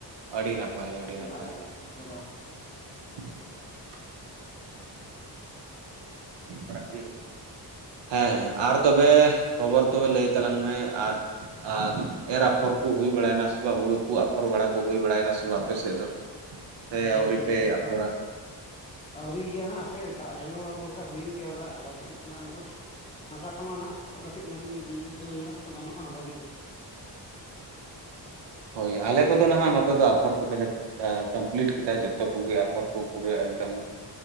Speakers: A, on the right; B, on the left.
A: ᱟᱹᱰᱤ ᱱᱟᱯᱟᱭ ᱟᱹᱰᱤ
B: ᱦᱚᱞᱟᱭ
A: ᱱᱟᱯᱟᱭ
B: ᱫᱟᱜ ᱞᱮᱜᱼᱟ ᱦᱚᱞᱟ ᱦᱚᱞᱟ <inaudible>
A: <inaudible>
B: <inaudible>
A: ᱦᱮᱸ ᱦᱮᱸ <unintelligible> ᱟᱨ ᱛᱚᱵᱮ ᱠᱷᱚᱵᱚᱨ ᱛᱚᱵᱮ ᱞᱟᱹᱭ ᱛᱟᱞᱟᱝ ᱢᱮ ᱟᱨ ᱟᱦ ᱮᱨ ᱟᱯᱷᱚᱨ ᱠᱚ ᱦᱩᱭ ᱵᱟᱲᱟ ᱭᱮᱱᱟ ᱥᱮ ᱵᱟ ᱦᱩᱲᱩ ᱠᱚ ᱟᱯᱷᱚᱨ ᱵᱟᱲᱟ ᱠᱚ ᱦᱩᱭ ᱵᱟᱲᱟ ᱭᱮᱱᱟ ᱥᱮ ᱵᱟᱸ ᱟᱯᱮ ᱥᱮ ᱫᱚ? ᱥᱮ
B: ᱟᱣ
A: ᱟᱹᱣᱨᱤ ᱯᱮ ᱟᱯᱷᱚᱨᱟ
B: ᱩᱸᱻ <inaudible> ᱟᱹᱣᱨᱤ ᱜᱮᱭᱟ ᱦᱟᱸᱜ ᱦᱟᱯᱮ ᱫᱟᱜ ᱡᱟᱹᱲᱤ ᱢᱟ ᱱᱚᱝᱠᱟ ᱦᱩᱭᱮᱱ ᱜᱮᱭᱟ ᱦᱚᱞᱟ, ᱟᱫᱚ ᱠᱟᱹᱴᱤᱡ ᱛᱟᱞᱟᱝ ᱚᱛ ᱦᱟᱥᱟ ᱠᱚᱢᱟ ᱱᱟᱦᱟᱜ ᱛᱚ ᱠᱟᱹᱴᱤᱡ ᱞᱟᱹᱵᱤᱫ ᱧᱚᱜ <unintelligible> ᱱᱤᱭᱟᱹ ᱥᱚᱢᱚᱭ ᱢᱮᱱᱟᱜ ᱛᱚ ᱜᱟᱱᱚᱜᱼᱟ ᱵᱷᱟᱜᱮ
A: ᱦᱳᱭ ᱟᱞᱮ ᱠᱚᱫᱚ ᱱᱟᱦᱟᱜ ᱱᱚᱛᱮ ᱫᱚ ᱟᱯᱷᱚᱨ ᱠᱮᱫᱟᱞᱮ ᱭᱟ ᱠᱟᱢᱯᱞᱤᱴ ᱠᱮᱫᱟᱭ ᱡᱚᱛᱚ ᱠᱩᱜᱮ ᱟᱯᱷᱚᱨ ᱠᱚ ᱯᱩᱨᱟᱹ ᱮᱠᱫᱚᱢ